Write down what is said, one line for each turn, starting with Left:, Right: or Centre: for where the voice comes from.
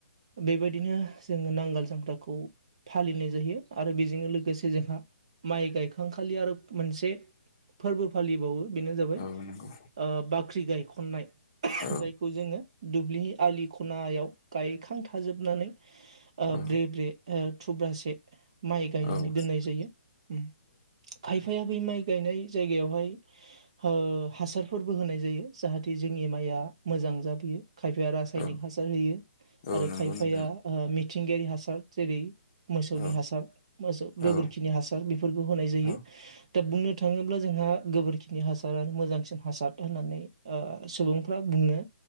Right: बेबायदिनो जोङो नांगोल जांग्राखौ फालिनाय जायो आरो बेजोंनो लोगोसे जोंहा माइ गायखांखालि आरो मोनसे फोरबो फालिबावो बेनो जाबाय
Left: औ नंगौ
Right: ओ बाख्रि गाय खननाय
Left: औ
Right: जायखौ जोङो दुब्लि आलि खनायाव गायखां थाजोबनानै ओ
Left: औ
Right: ब्रे- ब्रे ओ थुब्रासे माइ गायनानै
Left: औ
Right: दोननाय जायो उम खायफाया बेै माइ गायनाय जायगायावहाय हो हासारफोरबो होनाय जायो। जाहाथे जोंनि माइया मोजां जाबोयो। खायफाया रासायनिक
Left: औ
Right: हासार होयो
Left: औ
Right: आरो
Left: नंगौ
Right: खायफाया
Left: नोंथां
Right: ओ मिथिंगायारि हासार जेरै मोसौनि
Left: औ
Right: हासार मोसौ गोबोरखिनि
Left: औ
Right: हासार बेफोरखौ होनाय जायो।
Left: औ
Right: दा बुंनो थाङोब्ला जोंहा गोबोरखिनि हासारा मोजांसिन हासार होननानै ओ सुबुंफ्रा बुंङो।